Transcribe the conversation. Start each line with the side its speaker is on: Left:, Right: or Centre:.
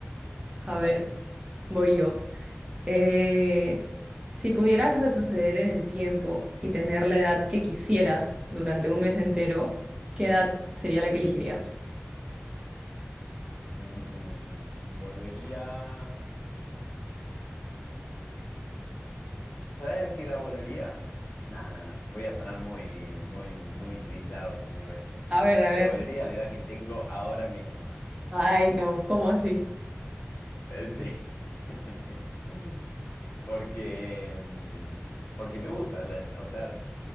Right: A
Left: Totalmente.
Right: ver, voy yo. Eh, si pudieras retroceder en el tiempo y tener la edad que quisieras durante un mes entero, ¿qué edad sería la que elegirías?
Left: Mm, volvería. ¿Sabes a qué edad volvería? No, no, no. Voy a sonar muy, muy, muy trillado si digo esto.
Right: A ver, a
Left: Pero
Right: ver.
Left: volvería a la edad que tengo ahora mismo.
Right: Ay, no, ¿cómo así?
Left: Eh, Sí. <laughs> Porque, mm, porque me gusta. la- o sea,